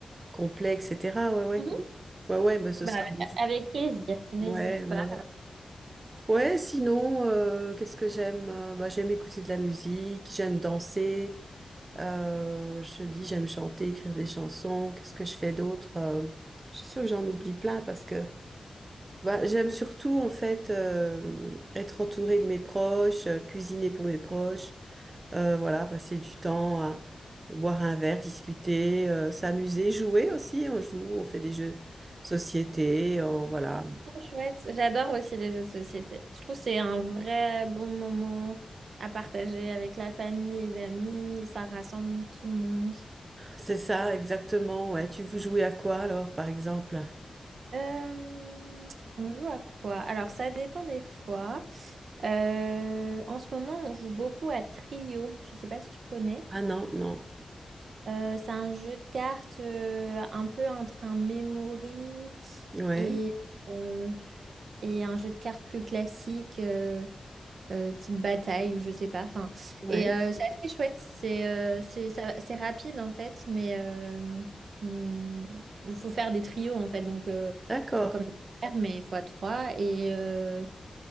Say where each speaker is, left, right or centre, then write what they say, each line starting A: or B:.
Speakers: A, on the right (about 30°); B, on the right (about 75°).
A: complet, etc. Ouais,
B: Mhm.
A: ouais, ouais, ouais, mais ce
B: Bah,
A: sera bon.
B: avec plaisir, n'hésite
A: Ouais, ouais,
B: pas.
A: ouais. Ouais, sinon, euh, qu'est-ce que j'aime? Euh, Bah, j'aime écouter de la musique, j'aime danser, euh, je te dis, j'aime chanter, écrire des chansons. Qu'est-ce que je fais d'autre? Euh, je suis sûre que j'en oublie plein parce que bah, j'aime surtout, en fait, euh, être entourée de mes proches, euh, cuisiner pour mes proches, euh, voilà, passer du temps à boire un verre, discuter, euh, s'amuser, jouer aussi. On joue, on fait des jeux de société, on, voilà.
B: Trop Chouette. J'adore aussi les jeux de société. Je trouve que c'est un vrai bon moment à partager avec la famille, les amis, ça rassemble tout le monde.
A: C'est ça, exactement. Ouais. Tu vous jouez à quoi alors, par exemple?
B: Euh, on joue à quoi? Alors, ça dépend des fois. Euh, en ce moment, on joue beaucoup à Trio. Je ne sais pas si tu connais.
A: Ah non, non.
B: Euh, c'est un jeu de cartes euh, un peu entre un memory
A: Ouais,
B: et, euh, et un jeu de cartes plus classique. euh, euh, type bataille ou je sais pas. Enfin,
A: ouais.
B: et euh, c'est assez chouette. C'est euh, c'est ça va- c'est rapide en fait, mais euh, hum, il faut faire des trios en fait. Donc euh,
A: D'accord.
B: comme des paires, mais fois trois et euh,